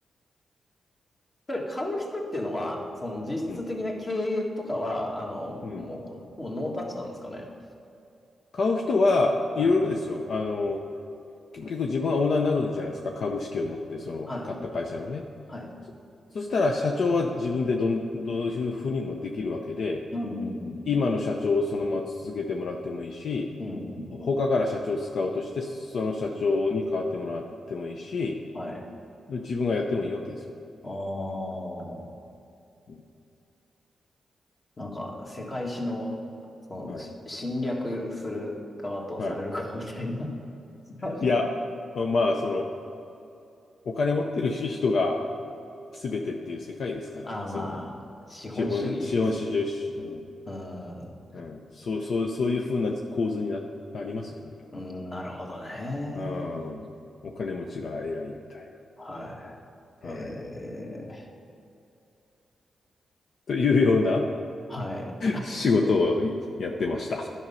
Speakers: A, on the left; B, on the left.
A: それ買う人っていうのは、その実質的な経営とかは、
B: うん。
A: あの、
B: うん。
A: もう、ほぼノータッチなんですかね。
B: 買う人はいろいろですよ。
A: はい。
B: あの、結局自分はオーナーになるんじゃないですか。株式を持って、その、
A: はい。
B: 買った会社のね。
A: はい。
B: そ、そしたら、社長は自分でどん、どういうふうにもできるわけで、
A: うんうんうん。
B: 今の社長をそのまま続けてもらってもいいし、
A: うんうん。
B: 他から社長を使カウして、その社長に代わってもらってもいいし、
A: はい。
B: 自分がやってもいいわけですよ。
A: ああ。
B: うん
A: なんか、世界史の、その、
B: はい。
A: し侵略する側とされる側みたいな。
B: はい。
A: <laughs>
B: いや、まあ、その、お金持ってる人が全てっていう世界ですから、
A: ああ、
B: その、
A: まあ、資本主義です。
B: 資本、資本市場、うん、
A: うん。
B: うん、そう、そう、そういうふうな構図にな、なりますよね、だから。
A: うん、なるほどね。
B: うん、お金持ちが偉いみたい
A: はい。
B: な。
A: えー、
B: はい。というような
A: はい。
B: 仕事をやってました。